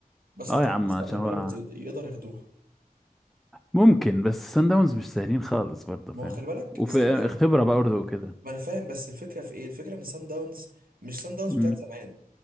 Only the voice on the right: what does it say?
بس
اعتقد
اصلا
ان بيراميدز
يقد- يقدر ياخدوها
ما
هو خلي بالك
سان داونز
ما انا فاهم بس الفكره في ايه الفكره ان سان داونز مش سان داونز
بتاعت زمان